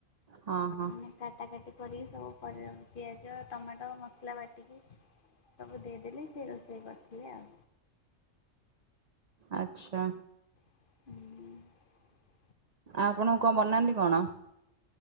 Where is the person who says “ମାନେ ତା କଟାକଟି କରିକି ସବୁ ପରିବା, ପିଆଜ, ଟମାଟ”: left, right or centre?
Left